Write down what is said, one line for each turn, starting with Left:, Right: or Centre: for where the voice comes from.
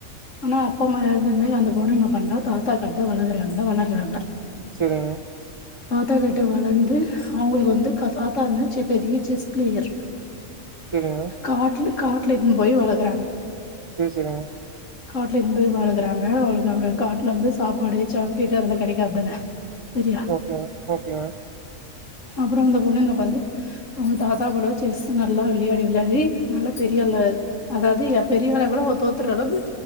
Left: ஆனா அப்ப அம்மா எறந்தபின்னே அந்த பொண்ணு என்ன பண்றா தாத்தா கர்ட்டா வளர்கறாங்க வளர்றாங்க
Right: சரிங்க
Left: தாத்தாக்கிட்ட வளந்து அவங்களுக்கு வந்து தாத்தா இருந்து பெரிய செஸ் பிளேயர்
Right: சேரிங்க
Left: காட்ல காட்டுல எத்னு போய் வளக்குறாங்க
Right: சேரி சேரிங்க
Left: காட்ல எடுத்துனு போய் வழுக்குறாங்க அவளுக்கு அங்க காட்ல வந்து சாப்பாடு சாக்லேட்டு அதெல்லா கெடைக்காதுதானே சரியா
Right: ஓகேங்க ஓகேங்க
Left: அப்றோ அந்த பொண்ணு என்ன பண்து அவங்க தாத்தா கூட செஸ் நல்லா விளையாடி விளையாடி நல்லா பெரியல்ல அதாவது எ பெரியவள கூட ஒரு தோத்துற அளவுக்கு